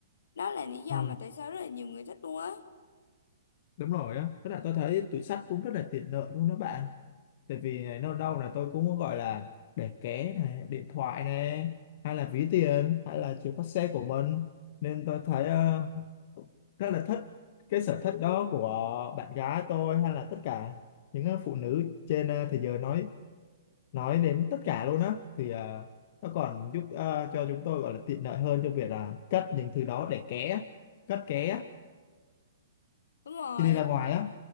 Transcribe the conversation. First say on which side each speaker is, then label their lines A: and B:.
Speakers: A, on the left; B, on the left.
A: đó là lý do
B: Ừ.
A: mà tại sao rất là nhiều người thích luôn á
B: đúng rồi á với lại tôi thấy túi xách cũng rất là tiện lợi luôn đó bạn tại vì này, đâu đâu là tôi cũng có gọi là để ké này điện thoại này hay là ví tiền hay là chìa khóa xe của mình nên tôi thấy ờ, rất là thích cái sở thích đó của bạn gái tôi hay là tất cả những ờ, phụ nữ trên ờ, thế giới nói nói đến tất cả luôn á thì ờ, nó còn giúp ờ, cho chúng tôi gọi là tiện lợi hơn trong việc là cất những thứ đó để ké cất ké
A: đúng rồi
B: khi đi ra ngoài á